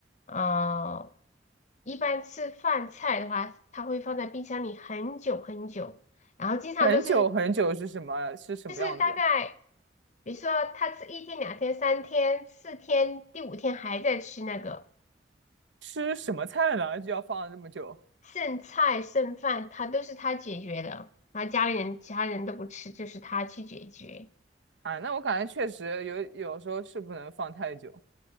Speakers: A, on the left; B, on the right.
A: 呃，一般吃饭菜的话，她会放在冰箱里很久很久，然后经常都是
B: 很久很久是什么是什么样子？
A: 就是大概，比如说她吃一天、两天、三天、四天，第五天还在吃那个。
B: 吃什么菜呢？就要放这么久
A: 剩菜剩饭，他都是他解决的，然后家里人其他人都不吃，就是他去解决。
B: 啊？那我感觉确实有有时候是不能放太久。